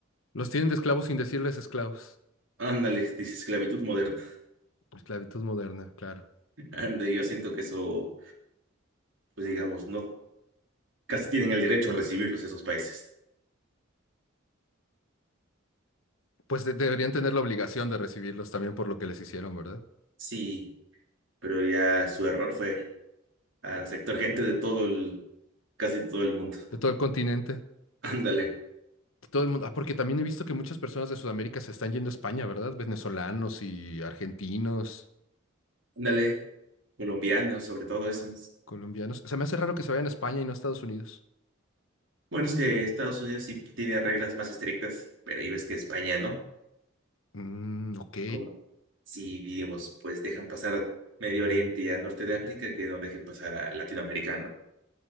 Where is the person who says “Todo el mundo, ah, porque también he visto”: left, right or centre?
Left